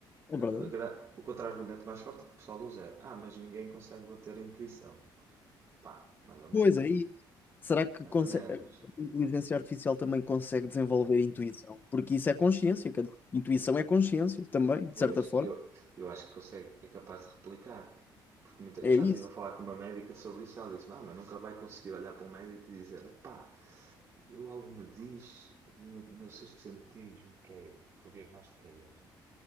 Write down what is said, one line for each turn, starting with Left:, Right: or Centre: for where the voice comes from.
Left: é
Right: A-
Left: verdade.
Right: a gra- O contra-argumento mais forte que o pessoal usa é: ah, mas ninguém consegue bater a intuição. Pá, mais ou menos.
Left: Pois é, isso. Será que
Right: Mais
Left: consegue...
Right: ou menos.
Left: a inteligência artificial também consegue desenvolver a intuição? Porque isso é consciência, quer dizer, intuição é consciência também, de
Right: Pois,
Left: certa forma.
Right: eu, eu acho que consegue, é capaz de replicar. Porque muita- eu
Left: É
Right: já
Left: isso.
Right: estive a falar com uma médica sobre isso e ela disse: Ah, mas nunca vai conseguir olhar para um médico e dizer: Pá, eu algo me diz, a minha, o meu sexto sentido diz-me que, é, que o diagnóstico é este.